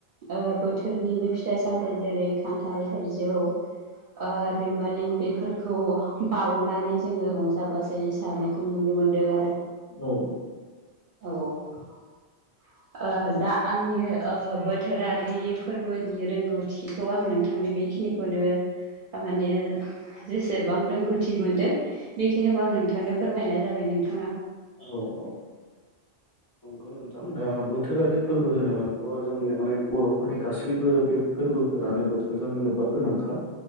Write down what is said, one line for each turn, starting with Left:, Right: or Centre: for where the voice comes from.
Right: ओ‌ बोथोरनिनो फिथाइ सामथाइ जेरै खान्थाल थाइजौ ओ रैमालि बेफोरखौ बाउनानै जोङो रंजा बाजायै जानायखौ नुनो मोनो। नुनो मोनदों आरो।
Left: औ।
Right: औ ओ दा आंनि ओ बोथोरारि फोरबोनि रोंगौथिखौ आं नोंथांनो बेखिनिखौनो माने जेसेबां रोंगौथि मोनदों बेखिनिखौ आं नोंथांनो फोरमायनाय जाबाय नोंथां।
Left: औ औ नंगौ नोंथां दा बोथोरारि फोर फोरबो होनोबा बे जोंनिया माने बरफोरनि गासैबो बे फोरबोफोरानो बोथोरजोंनो लोब्बा गोनांखा